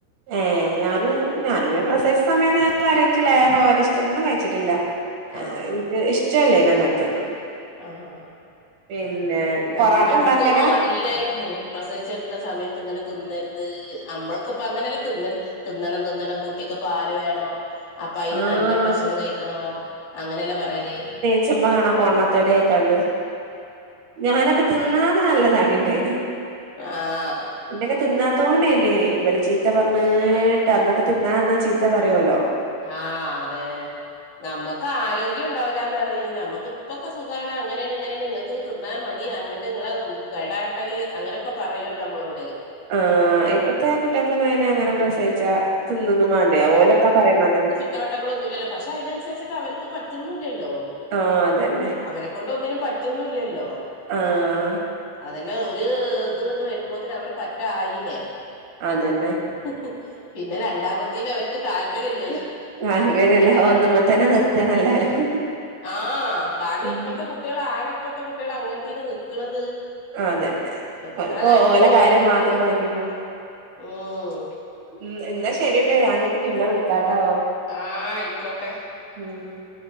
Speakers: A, on the right; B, on the left.
A: ഏഹ് ഞാന് ഞാനി പ്രസവിച്ച സമയത്ത് ഞാൻ കാര്യായിട്ട് ലേഹോ അരിഷ്ടോ ഒന്നും കഴിച്ചിട്ടില്ല
B: ആഹ്
A: എനിക്ക് ഇഷ്ടല്ലേ അങ്ങനത്തൊന്നും
B: ആഹ്,
A: പിന്നെ
B: ന
A: പൊറാട്ട
B: ഇനിക്കൊന്നും
A: ഇണ്ടാക്കലാ
B: അറിയില്ലായിര്ന്ന് പ്രസവിച്ചെടുക്കുന്ന സമയത്ത് ഇങ്ങനെ തിന്നരുത് നമ്മൾക്കിപ്പ അങ്ങനെയല്ലാം തിന്ന തിന്നണം തിന്നണം കുട്ടിക്ക് പാല് വേണം അപ്പൊ അയിന്
A: ആഹ്
B: നല്ല ഭക്ഷണം കഴിക്കണോ അങ്ങനെല്ലാം പറയല്
A: ച്ചമ്മ, കാണാ പൊണ്ണത്തെടിയൊക്കാണ്ട് ഞാനൊക്കെ തിന്നാതെ നല്ല തടി ഉണ്ടായേനെ.
B: ആഹ്
A: ഇന്നൊക്കെ തിന്നാത്തോണ്ടേന്നെ ചീത്ത പറഞ്ഞ് കേട്ട്, അന്നൊക്കെ തിന്നാതന്നാ ചീത്ത പറയുവല്ലോ.
B: ആഹ്, അതെ നമുക്ക് ആരോഗ്യം ഉണ്ടാവൂലാന്ന് പറയും, നമുക്ക് ഇപ്പൊക്കെ സുഖാണ് അങ്ങനെയാണ് ഇങ്ങനെയാണ് നിങ്ങക്ക് തിന്നാ മടി അങ്ങനെ നിങ്ങളെ കടാട്ടല് അങ്ങനൊക്കെ പറയല്ലോ നമ്മളോട്.
A: ആഹ്, ഇപ്പത്തെ കുട്ടികൾക്കൊന്നും അയ്ന് അങ്ങനെ പ്രസവിച്ചാ തിന്നോന്നും മാണ്ടെ ഓലെത്താ പറയണത്
B: ഇട്ടവട്ടങ്ങൾ ഒന്നുല്ലല്ലോ, പക്ഷെ അയിനനുസരിച്ചിട്ട് അവർക്ക് പറ്റുന്നൂല്ലല്ലോ
A: ആഹ് അതന്നെ
B: അവരെ കൊണ്ട് ഒന്നിനും പറ്റുന്നു ല്ലല്ലോ?
A: ആഹ്
B: അതന്നെ ഒരുത്ങ്ങട്ട് വരുമ്പോത്തിന് ന്നെ അവര് പറ്റായില്ലേ?
A: അതെന്നെ
B: ഹി ഹി പിന്നെ രണ്ടാമത്തിന് അവർക്ക് താല്പര്യം ഇല്ലല്ലോ.
A: ന്നാല് പേരല്ലേ ഒന്നമ്മതന്നെ നിർത്താണ് എല്ലാരും.
B: ആ, കാരണം
A: ഉം
B: ഇപ്പത്തെ കുട്ടികള് ആരാ ഇപ്പഴത്തെ കുട്ടികള് അങ്ങൻതീന് നിക്കണത്.
A: അതന്നെ
B: എത്ര
A: ഓൽക്ക്
B: കഴിഞ്ഞിട്ടോ
A: ഓലെ കാര്യം
B: ഓരോരുത്തര്,
A: മാത്രം നോക്കിപ്പോ
B: ഉും
A: ഉം, ന്നാ ശെരിട്ടോ, ഞാൻ ങ്ങൾക്ക് പിന്നെ വിളിക്കാട്ടോ?
B: ആഹാ ആയിക്കോട്ടെ.
A: <unintelligible>